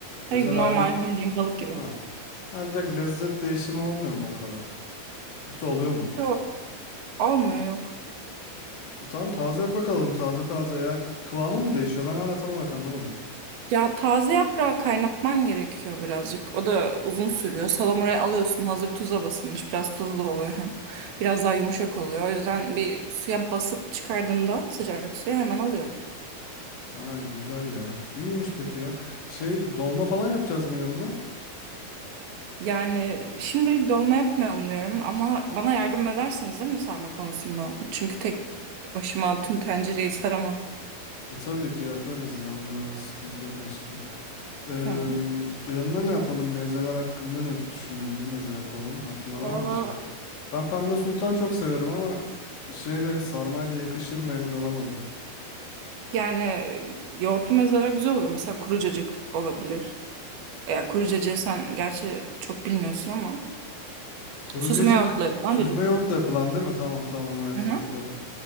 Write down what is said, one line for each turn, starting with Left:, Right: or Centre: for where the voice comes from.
Left: Özel
Right: Şey gibi, normal
Left: ayrı...
Right: bildiğin balık gibi.
Left: Ha. Ha direkt lezzet değişimi olmuyor mu o kadar? Yoksa oluyor mu?
Right: Yok olmuyor yok.
Left: E tamam taze yaprak alalım taze taze. Eğer k- kıvamı mı değişiyor? Ben hala tam olarak anlamadım.
Right: Ya taze yaprağı kaynatman gerekiyor birazcık. O da uzun sürüyor. Salamurayı alıyorsun, hazır tuza basılmış. Biraz tuzlu oluyor hem. Biraz daha yumuşak oluyor. O yüzden bir suya basıp çıkardığında sıcak suya hemen oluyor.
Left: Ha güzel ya. İyiymiş peki ya. Şey dolma falan yapacağız mı yanına?
Right: Yani şimdilik dolma yapmayalım diyorum ama bana yardım edersiniz değil mi sarma konusunda? Çünkü tek başıma tüm tencereyi saramam.
Left: E tabii ki yaparız ya. Onlarda sıkıntı yok aşkım. Eee
Right: Tamam.
Left: yanına ne yapalım? Mezeler hakkında ne düşünüyorsun? Ne meze yapalım? Aklında
Right: Valla
Left: var mı bir şey? Ben pembe sultan çok severim ama şeyle sarmayla yakışır mı emin olamadım.
Right: yani e, yoğurtlu mezeler güzel oluyor. Mesela kuru cacık olabilir. Yani kuru cacığı sen gerçi çok bilmiyorsun ama.
Left: Kuru
Right: Süzme
Left: Kurucacık.
Right: yoğurtla yapılan
Left: Süzme
Right: cacık.
Left: yoğurtla yapılan değil mi? Tamam tamam evet
Right: Hı hı.
Left: hatırladım.